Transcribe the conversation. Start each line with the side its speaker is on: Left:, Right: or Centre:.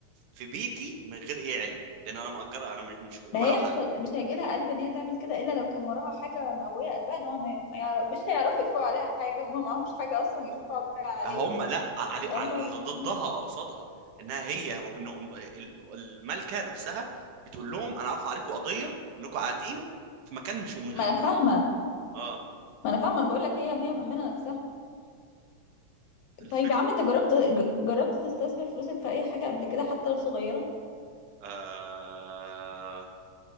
Right: في بيتي من غير ايه علمي لان انا مأجره انا مش مش ولا
Left: ما هي
Right: حاجه
Left: مش هت- مش هيجي لها قلب ان هي تعمل كده الا لو كان وراها حاجه مقويه قلبها ان هو ما ي- ما يعرف مش هيعرفوا يرفعوا عليها حاجه هم معهمش حاجه اصلا يرفعوا بيها عليه
Right: هم لا علي
Left: ده
Right: على
Left: هم ال...
Right: اللي ضدها قصادها انها هي هو انه ال- الملكه نفسها بتقول لهم انا ارفع عليكم قضيه انكم قاعدين في مكان مش من غير
Left: ما انا
Right: ما
Left: فاهمه
Right: اه
Left: ما انا فاهمه انا بقول لك هي هي مأمنه نفسها
Right: الفكره
Left: طيب يا عم انت جربت ج- جربت تستثمر فلوسك في اي حاجه قبل كده حتى لو صغيره
Right: آه...